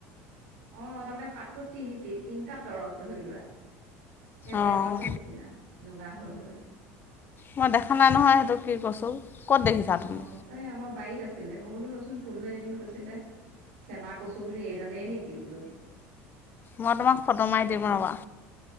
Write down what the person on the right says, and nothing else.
অ', তাৰমানে পাতটোত তিন, তিনিটা তৰৱ ধৰি লোৱা। এই বেলপাতৰ
নিচিনা, জোঙা হৈ হৈ
অ
তাই আমাৰ বাৰীত আছিলে, মই বোলো ৰচোন তুলুৱে এদিন কৈছিলে চেমা কচু বুলি এডালেই নেকি বোলো